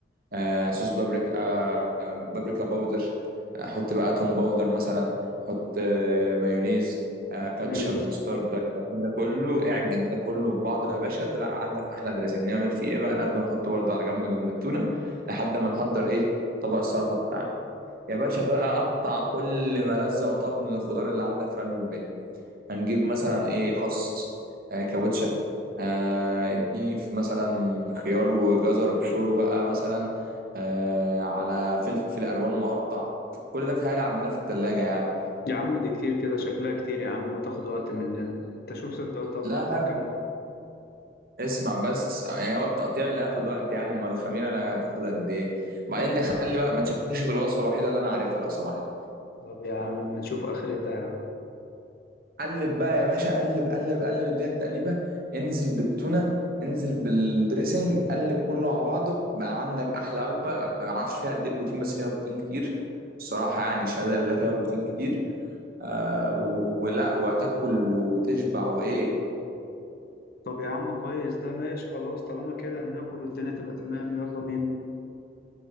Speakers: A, on the right; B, on the left.
A: آه صوص بابريكا آه بابريكا باودر آه، حط بقى توم باودر مثلا حط آه مايونيز آه كاتشب
B: مم.
A: مستردة الكلام ده كله اعجن ده كله في بعضه يا باشا طلع عندك احلى دريسنج نعمل فيه ايه بقى ناخده نحطه برضه على جنب جنب التونه لحد ما نحضر ايه طبق السلطه بتاعنا يا باشا بقى قطع كل ما لذ وطاب من الخضار اللي عندك في قلب البيت هنجيب مثلا ايه خس آه كاوتشة آه اديني في مثلا خيار وجزر وبشوره بقى مثلا آه على فلفل الوان وقطع كل ده بيتهيألي عندنا في التلاجة يعني
B: يا عم دي كتير كده شكلها كتير يا عم وتاخد وقت مننا انت شوف انت قلت هتقطع
A: لا لا
B: كام مرة
A: اسمع بس يعني هو التقطيع اللي هياخد وقت يعني امال الخميرة اللي هتاخد قد ايه وبعدين ده خلي بقى ما تشككش في الوصفة الوحيدة اللي انا عارفها لو سمحت
B: طب يا عم ما نشوف اخرتها يعني.
A: قلب بقى يا باشا قلب قلب قلب اديها التقليبه انزل بالتونه انزل بالدريسنج قلب كله مع بعضه بقى عندك احلى وجبه ما اعرفش فيها قد ايه بروتين بس فيها بروتين كتير الصراحه يعني الشهاده لله فيها بروتين كتير آه ولا وتاكل وتشبع وايه
B: طب يا عم كويس ده ماشي خلاص طالما كده هناكل والدنيا تبقى تمام يلا بينا